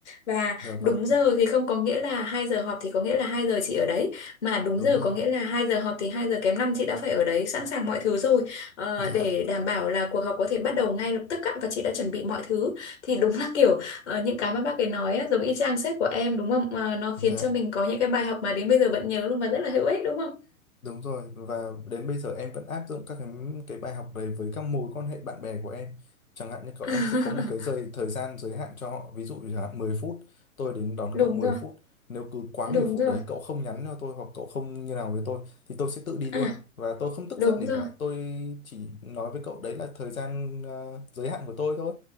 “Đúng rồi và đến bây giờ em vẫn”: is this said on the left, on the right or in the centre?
Left